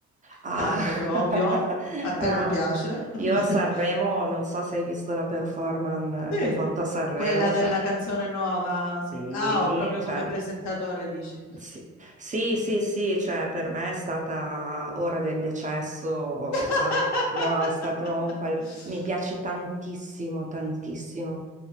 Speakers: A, on the right; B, on the left.
A: Ah.
B: tanto
A: <laughs>
B: proprio. A te
A: Ah.
B: non piace? <laughs>
A: Io a Sanremo, non so se hai visto la performance
B: Sì,
A: che ha fatto a Sanremo,
B: quella della
A: cioè,
B: canzone nuova, sì.
A: sì,
B: Ah, ho proprio
A: cioè,
B: come presentatore, dici.
A: Sì, sì, sì, sì, cioè per me è stata ora del decesso,
B: <laughs>
A: ah, no, è stato un qual... mi piace tantissimo, tantissimo.